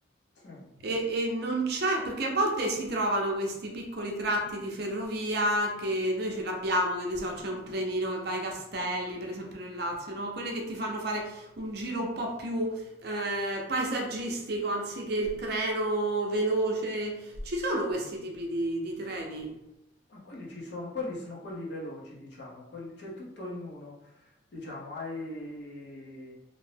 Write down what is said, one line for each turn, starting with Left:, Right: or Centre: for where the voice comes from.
Left: sì.
Right: E, e non c'è, perché a volte si trovano questi piccoli tratti di ferrovia che noi ce l'abbiamo, che ne so, c'è un trenino che va ai Castelli, per esempio nel Lazio, no? Quelle che ti fanno fare un giro un po' più eh, paesaggistico anziché il treno veloce. Ci sono questi tipi di, di treni?
Left: Ma quelli ci sono, quelli sono quelli veloci, diciamo, quelli- c'è tutto in uno, diciamo, hai...